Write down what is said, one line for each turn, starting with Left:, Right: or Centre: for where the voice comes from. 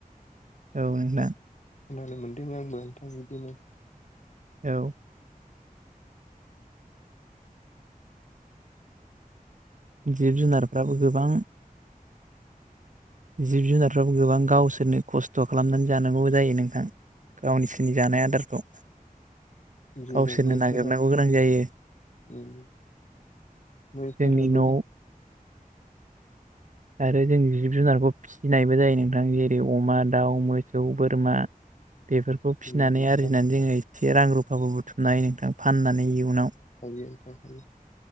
Right: औ
Left: खोनानो मोन्दों आंबो नोंथां बिदिनो
Right: औ जिब जुनारफ्राबो गोबां जिब जुनारफ्राबो गोबां गावसोरनो खस्थ' खालामनानै जानांगौ जायो नोंथां गावसिनि जानाय आदारखौ
Left: जेरै
Right: गावसोरनो
Left: मैफोरा
Right: नागिरनांगौ गोनां जायो
Left: ओम मैफोराबो
Right: जोंनि न' आरो जों जिब जुनारखौ फिसिनायबो जायो नोंथां जेरै अमा दाउ मोसौ बोरमा बेफोरखौ फिसिनानै
Left: नोंथां
Right: आरजिनानै जोङो एसे रां रुफाबो बुथुमनो हायो नोंथां फाननानै इयुनाव
Left: हायो नोंथां हायो